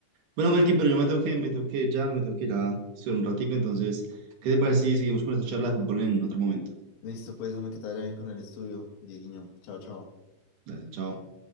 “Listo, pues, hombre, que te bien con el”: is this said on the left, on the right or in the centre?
Left